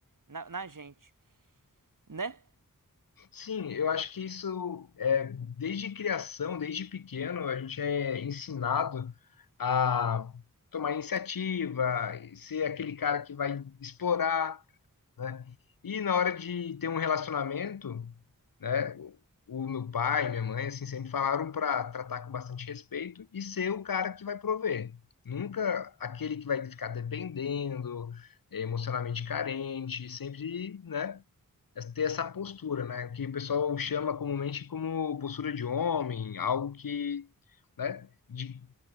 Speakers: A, on the right (about 65°); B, on the left (about 75°).
A: na, na gente, né?
B: Sim, eu acho que isso é desde criação, desde pequeno, a gente é ensinado a tomar iniciativa, ser aquele cara que vai explorar. né? E na hora de ter um relacionamento, né? O o meu pai, minha mãe, assim, sempre falaram para tratar com bastante respeito e ser o cara que vai prover. Nunca aquele que vai ficar dependendo, eh, emocionalmente carente, sempre, né? Ter essa postura, né? Que o pessoal chama comumente como postura de homem, algo que, né? de-